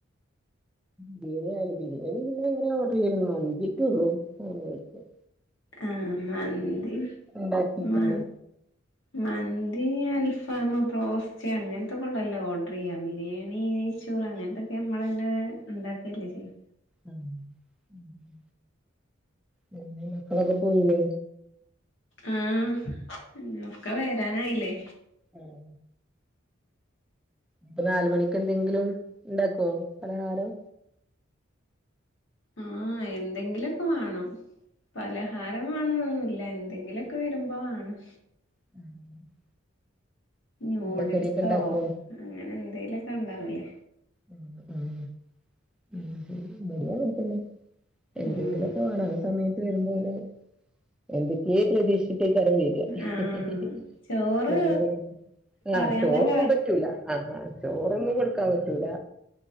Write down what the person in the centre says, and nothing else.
ബിരിയാണി ആയലും. ബിരിയാണി പിന്നെങ്ങനെ ഓഡർയ്യലൊന്നും <unintelligible> മന്തിക്കൊള്ളു. <unintelligible>
ഉണ്ടാക്കിയിട്ടില്ലേ
ആഹ് ആഹ് പിന്നെ മക്കളൊക്കെ പോയിലേ?
ആഹ് ഇപ്പ നാലുമണിക്കെന്തെങ്കിലുണ്ടാക്കോ പലഹാരം?
<inaudible>
എണ്ണക്കടിയൊക്കെ ഉണ്ടാക്കുവോ
ഉം ഉം ഉം ശരി <unintelligible> എന്തെങ്കിലൊക്കെ
വാണം. ആ സമയത്ത് വരുമ്പോലെ എന്തൊക്കെയേ പ്രതീക്ഷിച്ചിട്ടേ <unintelligible>
വേറെന്താണ്?
ആഹ് ചോറൊന്നും
പറ്റൂല. അതാ ചോറൊന്നും കൊടുക്കാൻ പറ്റൂല.